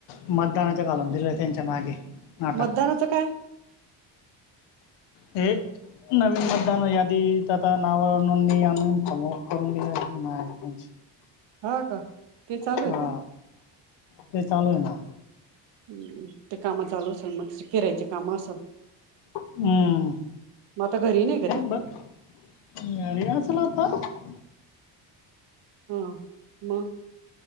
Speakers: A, on the left; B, on the right.
A: मतदानाच घालून दिलं त्यांच्या मागे. नाटक
B: मतदानाचं काय?
A: हे नवीन मतदान यादीत आता नाव नोंदणी आणून <unintelligible> करून दिले म्हणायचं ते
B: हा का ते चालूये
A: हा
B: का?
A: ते चालू आहे ना.
B: हम्म ते कामं चालू असल मग फिरायची कामं असल.
A: हम्म
B: मग आता घरी नाही का ती
A: ब ग याय नसलं आता.
B: हां म